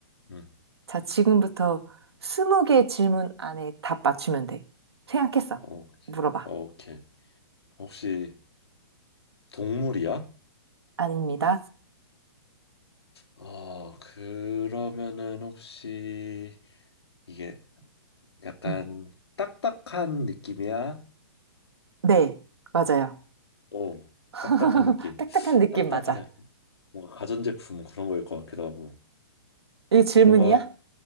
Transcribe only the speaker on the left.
응.
오케이,
오케이. 혹시 동물이야?
어, 그러면은 혹시 이게 약간
딱딱한 느낌이야?
어,
딱딱한 느낌.
딱딱한
느낌. 뭔가 가전제품 그런 거일 것 같기도 하고.
뭔가,